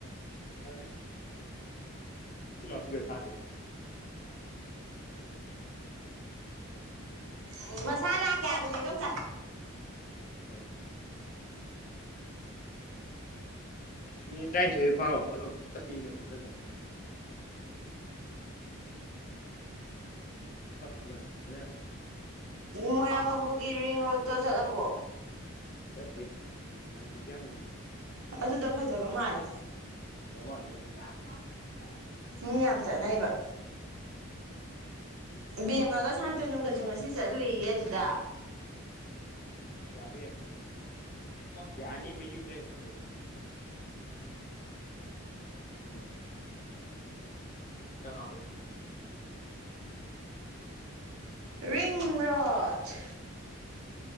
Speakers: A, on the left; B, on the right.
A: ꯑꯩ ꯂꯥꯏꯛ ꯏꯁꯄꯤꯀꯔ ꯊꯥꯗ‌ꯦ
B: ꯎꯝ ꯃꯁꯥ ꯂꯥꯛꯀꯦ ꯍꯥꯏꯕꯅꯤ ꯑꯗ‌ꯣꯝꯆꯥ
A: ꯑꯣ ꯃꯤ ꯇ꯭ꯔꯥꯏꯟꯊ‌ꯣꯏ ꯄꯑꯣ ꯄꯠ ꯂꯥꯎ ꯇꯠꯂꯤ ꯃꯊꯟꯇ ꯑꯗꯨꯝ ꯀꯛꯄꯟ ꯕ‌ꯦꯔꯥꯟ
B: ꯃꯣꯏꯔꯥꯡ ꯀꯥꯡꯕꯨꯒꯤ ꯔꯤꯡ ꯔꯣꯗꯠꯇꯣ ꯆꯠꯂꯕꯣ
A: ꯆꯠꯇꯤ ꯍꯥꯏꯗꯦ ꯌꯥꯡꯕꯨ
B: ꯑꯗꯨꯗ ꯐꯖꯕ ꯃꯥꯜꯂꯦ
A: ꯎꯗ <unintelligible>
B: ꯃꯤ ꯌꯥꯝ ꯆꯠꯅꯩꯕ ꯕꯦꯝꯃꯒ ꯁꯥꯟꯇꯅꯨꯒꯁꯨ ꯉꯁꯤ ꯆꯠꯂꯨꯏꯌꯦ ꯑꯗꯨꯗ
A: ꯌꯥꯕꯥ ꯌꯥꯏ ꯌꯥꯅꯤꯕ ꯌꯨ ꯄꯤ ꯑꯩ ꯒꯨꯝꯕ ꯎꯝ ꯆꯂ ꯑꯑꯣ
B: ꯔꯤꯡꯔꯖ